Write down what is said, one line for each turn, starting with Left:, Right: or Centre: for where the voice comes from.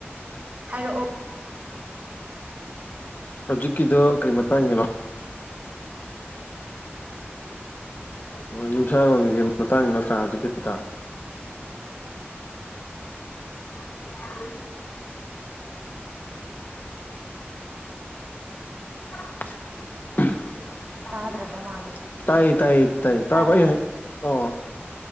Right: ꯍꯥꯏꯔꯛꯑꯣ
Left: ꯍꯧꯖꯤꯛꯀꯤꯗ ꯀꯩ ꯃꯇꯥꯡꯉꯅꯣ ꯑꯣ ꯌꯨꯝꯁꯥꯔꯣꯜꯒꯤ ꯃꯇꯥꯡ ꯅꯇ꯭ꯔꯥ ꯑꯗꯨ ꯀ ꯇ <unintelligible> <unintelligible>
Right: ꯇꯥꯗ꯭ꯔꯕ ꯃꯥꯜꯂꯦ
Left: ꯇꯥꯏ
Right: ꯑꯣ
Left: ꯇꯥꯏ ꯇꯥꯏ
Right: ꯇꯥꯔꯦ
Left: ꯇꯥꯄ ꯍꯥꯏ
Right: ꯇꯥꯔꯦ
Left: ꯑꯣ